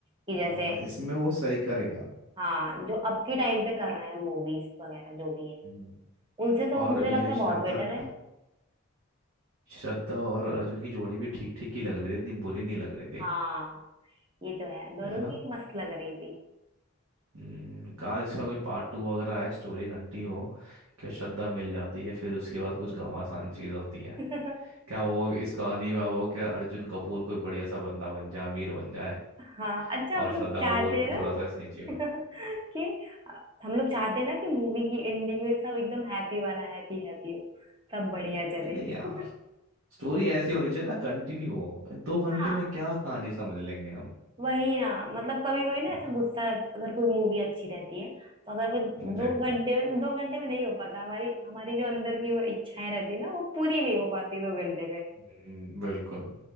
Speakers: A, on the right (about 25°); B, on the right (about 80°).
A: कि
B: आ,
A: जैसे
B: इसमें वो सही कर गया
A: हाँ जो अब के टाइम पे कर रहे हैं मूवीज वगैरह जो भी हैं
B: हम्म।
A: उनसे तो
B: और
A: मुझे
B: ये
A: लगता
B: श्रद्धा
A: है बहुत बेटर है
B: श्रद्धा और अर्जुन की जोड़ी भी ठीक ठीक ही लग रही थी इतनी बुरी नहीं लग रही थी
A: हाँ ये तो है दोनों
B: है ना
A: की मस्त लग रही
B: हम्म, काश इसका कोई पार्ट टू वगैरह आए स्टोरी घंटी हो कि श्रद्धा मिल जाती है फिर उसके बाद कुछ घमासान चीज़ होती है
A: थी <laughs>
B: क्या वो इस कहानी में वो क्या अर्जुन कपूर कोई बढ़िया सा बंदा बन जाए अमीर बन जाए
A: हाँ अच्छा
B: और
A: हम लोग
B: श्रद्धा
A: चाहते
B: कपूर फिर
A: हैं ना
B: थोड़ा
A: <laughs>
B: सा ऐसे नीचे हो।
A: कि हम लोग चाहते हैं ना कि मूवी की एंडिंग में सब एकदम हैप्पी वाला हैप्पी हैप्पी हो सब बढ़िया
B: है
A: चले
B: नहीं यार
A: <laughs>
B: स्टोरी ऐसी होनी चाहिए ना कंटिन्यू हो दो घंटे
A: हाँ
B: में क्या कहानी समझ लेंगे हम
A: वही ना मतलब कभी कोई ना
B: है
A: ऐसा
B: ना
A: गुस्सा अगर कोई मूवी अच्छी रहती है तो अगर वो
B: देख
A: दो
B: लो
A: घंटे में दो घंटे में नहीं हो पाता हमारी हमारी जो अंदर की वो इच्छाएं रहती है ना वो पूरी नहीं हो पाती दो घंटे में
B: हम्म, बिल्कुल